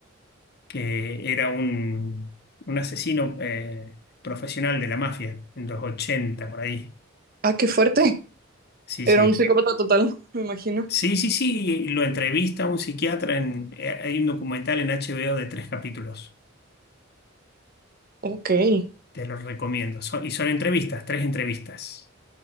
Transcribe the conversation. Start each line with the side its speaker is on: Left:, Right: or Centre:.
Left: que era un, un asesino eh, profesional de la mafia en los 80 por ahí.
Right: Ah, qué fuerte.
Left: Sí,
Right: Era
Left: sí.
Right: un psicópata total, <laughs> me imagino.
Left: Sí, sí, sí, lo entrevista un psiquiatra en, eh, hay un documental en HBO de tres capítulos.
Right: Ok. ¿Pero
Left: Te lo recomiendo. Son- y son entrevistas, tres entrevistas.